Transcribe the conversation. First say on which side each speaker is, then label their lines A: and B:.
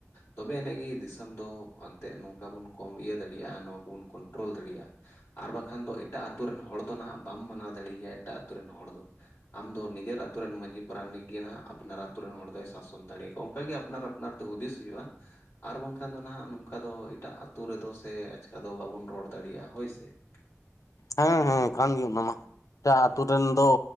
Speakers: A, on the left; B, on the left.
A: ᱛᱚᱵᱮ ᱟᱹᱱᱤᱡ ᱜᱮ ᱫᱤᱥᱚᱢ ᱫᱚ ᱮᱱᱛᱮᱜ ᱱᱚᱝᱠᱟ ᱵᱚᱱ ᱠᱚᱢ ᱤᱭᱟᱹ ᱫᱟᱲᱮᱭᱟᱜ-ᱟ ᱱᱚᱣᱟ ᱠᱚᱵᱚᱱ ᱠᱚᱱᱴᱨᱳᱞ ᱫᱟᱲᱮᱭᱟᱜ-ᱟ᱾ ᱟᱨ ᱵᱟᱠᱷᱟᱱ ᱫᱚ ᱮᱴᱟᱜ ᱟᱛᱳ ᱨᱮᱱ ᱦᱚᱲ ᱫᱚ ᱱᱟᱦᱟᱜ ᱵᱟᱢ ᱢᱟᱱᱟᱣ ᱫᱟᱲᱮᱭᱟᱭᱟ ᱮᱴᱟᱜ ᱟ ᱟᱹᱛᱳ ᱨᱮᱱ ᱦᱚᱲ ᱫᱚ᱾ ᱟᱢ ᱫᱚ ᱱᱤᱡᱮᱨ ᱟᱛᱩ ᱨᱮᱱ ᱢᱟᱺᱡᱷᱤ ᱯᱟᱨᱟᱱᱤᱠ ᱜᱮ ᱱᱷᱟᱜ ᱟᱯᱱᱟᱨ ᱟᱛᱳ ᱨᱮᱱ ᱦᱚᱲ ᱫᱚᱭ ᱥᱟᱥᱚᱱ ᱫᱟᱲᱮ ᱭᱟᱠᱚᱣᱟ ᱚᱱᱠᱟᱜ ᱜᱮ ᱟᱯᱱᱟᱨ ᱟᱯᱱᱟᱨ ᱛᱮ ᱦᱩᱫᱤᱥ ᱦᱩᱭᱩᱜ-ᱟ᱾ ᱟᱨ ᱵᱟᱝᱠᱷᱟᱱ ᱫᱚ ᱱᱟᱦᱟᱜ ᱱᱚᱝᱠᱟ ᱫᱚ ᱮᱴᱟᱜ ᱟᱛᱳ ᱨᱮᱫᱚ ᱥᱮ ᱟᱪᱠᱟ ᱫᱚ ᱵᱟᱵᱚᱱ ᱨᱚᱲ ᱫᱟᱲᱮᱭᱟᱜ-ᱟ ᱦᱳᱭ ᱥᱮ᱾ <inaudible> ᱱᱚᱜᱼᱚ
B: ᱦᱮᱸ
A: ᱱᱚᱣᱟ
B: ᱦᱮᱸ
A: ᱠᱚᱜᱮ
B: ᱠᱟᱱ ᱜᱮ
A: ᱠᱟᱛᱷᱟ
B: ᱚᱱᱟᱢᱟ
A: ᱠᱟᱱᱟ
B: ᱮᱴᱟᱜ
A: ᱦᱳᱭ
B: ᱟᱛᱳ ᱨᱮᱱ ᱫᱚ